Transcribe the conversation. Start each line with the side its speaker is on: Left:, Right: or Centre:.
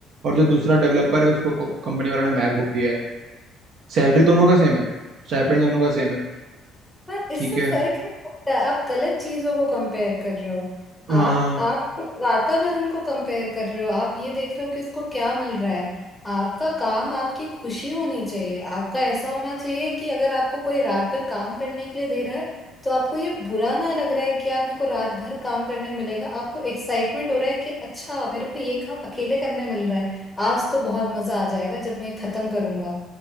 Right: और जो दूसरा डेवलपर है उसको कंपनी वालों ने मैकबुक दिया है सैलरी दोनों का सेम है स्टाइपेंड दोनों का सेम है
Centre: पर इससे
Right: ठीक है
Centre: फर्क नहीं पड़ता आप गलत चीजों को कंपेयर कर रहे हो आप
Right: हाँ
Centre: आप वातावरण को कंपेयर कर रहे हो आप ये देख रहे हो कि उसको क्या मिल रहा है आपका काम आपकी खुशी होनी चाहिए आपका ऐसा होना चाहिए कि अगर आपको कोई रात भर काम करने के लिए दे रहा है तो आपको ये बुरा ना लग रहा है कि यार मेरे को रात भर काम करने मिलेगा आपको एक्साइटमेंट हो रहा है कि अच्छा मेरे को ये काम अकेले करने मिल रहा है आज तो बहुत मजा आ जाएगा जब मैं ये खत्म करूंगा